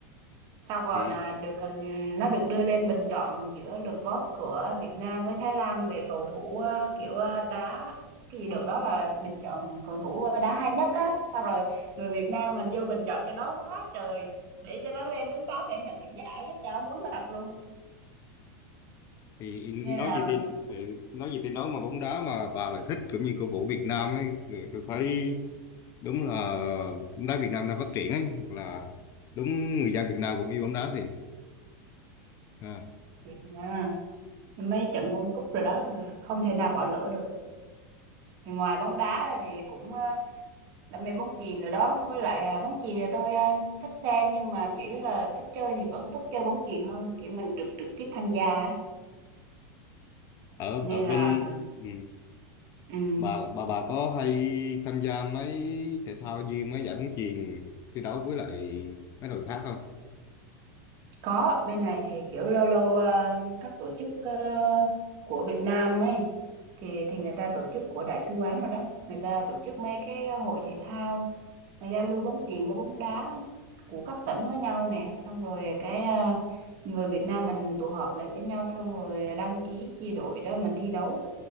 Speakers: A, on the right; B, on the left.
A: Sau còn
B: thì
A: à, được ừ, nó được đưa lên bình chọn giữa lượt vote của Việt Nam với Thái Lan về cầu thủ à, kiểu à, đá cái gì được đó là bình chọn cầu thủ à, đá hay nhất á. Sau rồi người Việt Nam mình vô bình chọn cho nó quá trời để cho nó lên đến top để nhận cái giải á, cho muối mặt luôn.
B: thì nói
A: Nên là
B: gì thì ừ, nói gì thì nói mà bóng đá mà bà lại thích cũng như cổ vũ Việt Nam ấy thì tôi thấy đúng là bóng đá Việt Nam đang phát triển ấy hoặc là đúng người dân Việt Nam cũng yêu bóng đá thì à.
A: thiệt mà mấy trận World Cup rồi đó mà không thể nào bỏ lỡ được. Thì ngoài bóng đá ra thì cũng ờ, đam mê bóng chuyền rồi đó với lại à, bóng chuyền thì tôi à, thích xem nhưng mà chỉ là thích chơi thì vẫn thích chơi bóng chuyền hơn kiểu mình trực trực tiếp tham gia ấy
B: ở
A: nên
B: ở bên
A: là
B: ừ,
A: ừ
B: bà bà bà có hay tham gia mấy thể thao như mấy giải bóng chuyền thi đấu với lại mấy đội khác không?
A: Có, bên này thì kiểu lâu lâu ờ, các tổ chức ờ, của Việt Nam ấy thì thì người ta tổ chức của đại sứ quán rồi đó. Người ta tổ chức mấy cái hội thể thao mà giao lưu bóng chuyền với bóng đá của các tỉnh với nhau nè, xong rồi cái ờ, người Việt Nam mình tụ họp lại với nhau xong rồi đăng ký chia đội đó mình thi đấu.